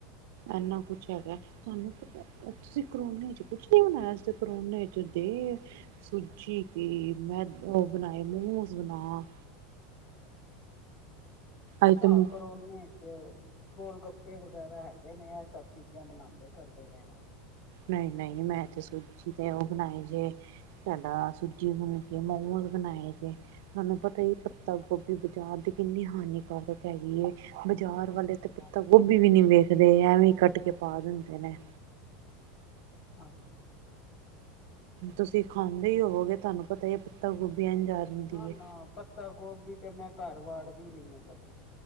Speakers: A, on the right; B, on the left.
A: ਐਨਾ ਕੁਛ ਹੈਗਾ ਐ। ਤੁਹਾਨੂੰ ਪਤਾ ਐ, ਤੁਸੀ ਕਰੋਨੇ ਚ ਕੁਛ ਨੀ ਬਨਾਏਆ? ਅਸੀ ਤੇ ਕਰੋਨੇ ਚ ਦੇ ਸੂਜੀ ਕੀ ਮੈਦ ਓ ਬਨਾਏ ਮੋਮੋਸ ਬਨਾ। ਅੱਜ
B: ਨਾ
A: ਤੇ ਮੋ
B: ਕ ਕਰੋਨੇ ਚ ਗੋਲ ਗੱਪੇ ਵਗੈਰਾ ਹੈਗੇ ਨੇ ਐ ਸਭ ਚੀਜਾਂ ਬਨਾਂਦੇ ਕਰਦੇ ਰਏ ਆਂ।
A: ਨਈ ਨਈ ਮੈਂ ਤੇ ਸੂਜੀ ਦੇ ਓ ਬਣਾਏ ਜੇ ਤਾਡਾ ਸੂਜੀ ਮੁਨ ਕੇ ਮੋਮੋਜ਼ ਬਣਾਏ ਜੇ। ਤਾਨੂੰ ਪਤਾ ਈ ਪੱਤਾ ਗੋਭੀ ਬਜਾਰ ਦੀ ਕਿੰਨੀ ਹਾਨੀਕਾਰਕ ਹੈਗੀ ਏ। ਬਜਾਰ
B: ਹਾਂਜੀ
A: ਵਾਲੇ ਤੇ ਪੱਤਾ
B: ਹਾਂਜੀ
A: ਗੋਭੀ ਵੀ ਨੀ ਵੇਖਦੇ ਐਵੇਂ ਈ ਕੱਟ ਕੇ ਪਾ ਦੇਂਦੇ ਨੇ।
B: ਹਾਂਜੀ।
A: ਤੁਸੀ ਖਾਂਦੇ ਈ ਹੋਵੋਗੇ। ਤਾਨੂੰ ਪਤਾ ਈ ਏ ਪੱਤਾ ਗੋਭੀ ਐਂਜ ਆ ਜਾਂਦੀ
B: ਨਾ ਨਾ
A: ਏ
B: ਪੱਤਾ ਗੋਭੀ ਤੇ ਮੈਂ ਘਰ ਵਾੜਦੀ ਨੀ ਆ ਕਦੀ।